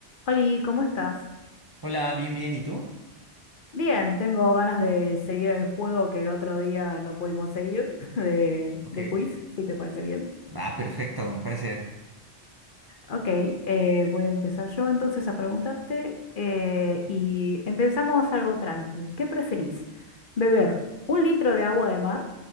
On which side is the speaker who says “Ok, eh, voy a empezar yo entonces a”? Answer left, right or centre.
Left